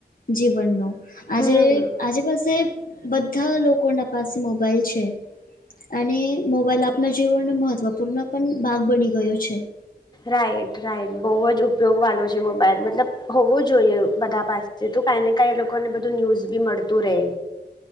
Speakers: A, on the left; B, on the left.
A: જીવનનો. આજે
B: હમ
A: આજે પાસે બધા લોકોના પાસે મોબાઈલ છે. અને મોબાઈલ આપનાં જીવનનો મહત્વપૂર્ણ પણ ભાગ બની ગયો છે.
B: Right right. બહુ જ ઉપયોગ વાલો છે મોબાઈલ. મતલબ હોવો જોઈએ બધા પાસ તે તો કાઈ ને કાઈ એ લોકોને બધું ન્યુઝ બી મળતું રે.